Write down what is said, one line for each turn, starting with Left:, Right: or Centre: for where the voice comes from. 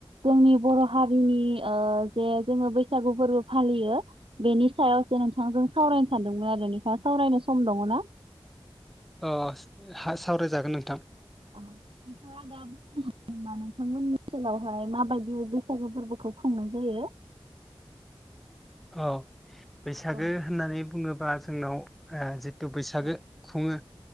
Right: जोंनि बर' हारिनि ओ जे जोङो बैसागु फोरबो फालियो बेनि सायावसो नोंथांजों सावरायनो सानदोंमोन आरो नोंथाङा सावरायनो सम दङ ना?
Centre: अस हा सावरायजागोन नोंथां।
Right: औ नोंथांङा दा‌ बुंनो हागोन‌ नामा नोंथांमोननि ओनसोलावहाय माबायदि उ बैसागु फोरबोखौ खुंनाय जायो?
Centre: औ बैसागो
Right: औ
Centre: होननानै बुङोब बा जोंनाव ओ जि तु बैसागो
Right: औ
Centre: खुङो